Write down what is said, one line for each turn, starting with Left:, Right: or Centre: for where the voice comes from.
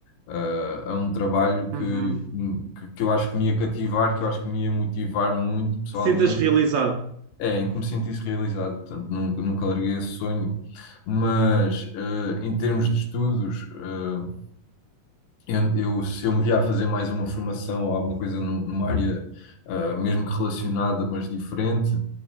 Left: a- a um trabalho que,
Right: uhum.
Left: hum, que, que eu acho que me ia cativar, que eu acho que me ia motivar muito pessoalmente,
Right: Sintas realizado.
Left: é, em que me sentisse realizado, portanto, nunca, nunca larguei esse sonho, mas eh, em termos de estudos. eh, eu, eu- se eu me via a fazer mais uma formação ou alguma coisa nu- numa área, ah, mesmo que relacionada, mas diferente,